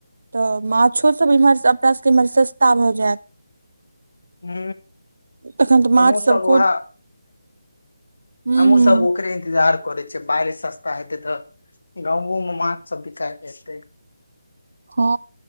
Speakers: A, on the right; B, on the left.
A: तऽ माछोसभ इम्हर अपना सभ इम्हर सस्ता भऽ जायत।
B: हू
A: तखन तऽ
B: हमहु
A: माछ
B: सब
A: खुद
B: उहा
A: हूँ
B: हमू
A: हूँ
B: सब ओकरे इंतजार करे छीयै बारिश सस्ता हेते तऽ गांवो में माछ सब बिकाय एतै।
A: हँ